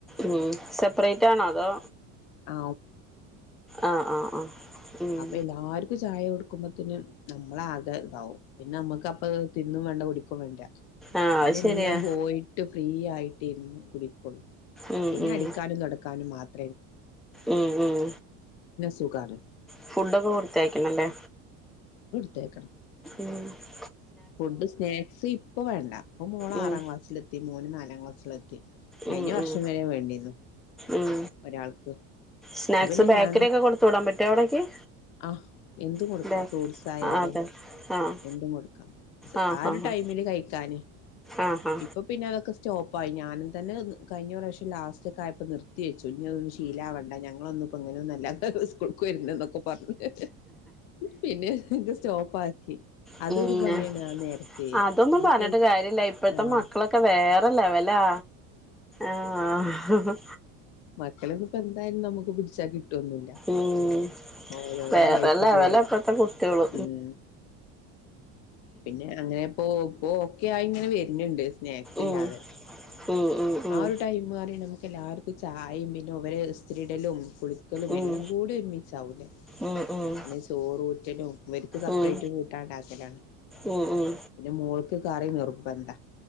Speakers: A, in the centre; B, on the left (about 75°).
A: ഉം സെപ്പറേറ്റ് ആണോ അതോ
B: ആ
A: ആഹ് ആഹ് ആഹ് ഉം
B: അപ്പോ എല്ലാർക്കും ചായ കൊടുക്കുമ്പത്തേന് നമ്മളാകെ ഇതാവും പിന്നെ നമ്മക്ക് അപ്പ തിന്നും വേണ്ട കുടിക്കും വേണ്ട
A: ആഹ്
B: പിന്നെ
A: അത് ശരിയാ
B: എല്ലാം പോയിട്ട് ഫ്രീ ആയി കുട്ടി നിന്ന് കുൂടിക്കൊള്ളും <unintelligible>
A: ഉം
B: പിന്നെ
A: ഉം
B: അടിക്കാനും തുക്കാനും മാത്രം
A: ഉം ഉം
B: സ്ുകെ <unintelligible>
A: ഫുഡൊക്കെ വൃത്തിയാക്കണല്ലേ
B: ത്തേക്കണം <unintelligible>
A: ഉം <unintelligible>
B: ഫുഡ് സ്നാക്സ് ഇപ്പ വേണ്ട അപ്പ മോള
A: ഉം
B: ആറാം ക്ലാസില എത്തി മൂന് നാ എല്ല ക്ലസ്സിലാക്കത്തി കഴിഞ്ഞ
A: ഉം
B: വർഷം
A: ഉം
B: വരെ വേണ്ടിന്നു
A: ഉം
B: ഒരാൾക്ക്
A: സ്നാക്സ്
B: അപ്പ പിന്നെ
A: ബേക്കറി
B: ഞാൻ
A: ഒക്കെ കൊടുത്തു വിടാൻ പറ്റോ അവിടേക്ക്
B: ആഹ എന്തും കൊടുക്കാം
A: അതെ
B: ഫ്രൂട്ട്സ് ആയാലും
A: അതെ ആഹ്
B: എന്തും കൊടുക്കാം
A: ആഹ്
B: ആ ഒരു
A: ആഹ്
B: ടൈമില് കഴിക്കാന്
A: ആഹ് ആഹ്
B: ഇപ്പൊ പിന്നെ അതൊക്കെ സ്റ്റോപ്പ ആയി ഞാനും തന്നെ കഴിഞ്ഞ പ്രശ്യം ലാസ്റ്റ് ഒക്കായപ്പോ നിർത്തി വെച്ചു ഇനി അതൊും ശീല വണ്ട ഞങ്ങൾ ങ്ങളൊന്ന ഇപ്പോ അങ്ങനെന്ന നല്ല കൊ വരുന്ന എന്നൊക്കെ പറഞ്ഞ പിന്നെ സ്റ്റോപ്പ ആാക്കി അതൊരു
A: പിന്നെ
B: പണിയാണ് ആ നേരത്തെക്ക്
A: അതൊന്നും പറഞ്ഞിട്ട് കാര്യല്ല ഇപ്പോഴത്തെ
B: ആഹ
A: മക്കളൊക്കെ വേറെ ലെവലാ ആഹ്
B: മക്കളപ്പോ എന്തായും നമുക്ക് പിടിച്ചാ കിട്ട് ട്ടുവൊന്നുവില്ല
A: ഉം
B: ഓരോരോ
A: വേറെ
B: വഴിക്ക്
A: ലെവലാ
B: പോവല്ലോ
A: ഇപ്പഴത്തെ കുട്ടികള്
B: ഉം പിന്നെ അങ്ങനെ പോ പോക്കെ ആ <unintelligible> വര്ണ് ണ്ട് സ്നേക്സ് ഇല്ലാതെ
A: ഉം ഉം ഉം
B: ആഹ് ഒരു ടൈം പറി നമുക്ക് എല്ലാർക്കും ചായെം പിന്നെ ഇവര് ത്തിരിടലും കുളിക്കലും
A: ഉം
B: എല്ല കൂടി ഒരു മിച്ചാ വൂലേ
A: ഉം ഉം ഉം
B: പിന്നെ ചോറൂറ്റലും ഇവർക്ക് സപ്പ്റേറ്റ്
A: ഉം
B: കൂട്ടാണ്ടാക്കലാണ്
A: ഉം ഉം
B: പിന്ന മോൾക്ക് കറി നിർബന്ധ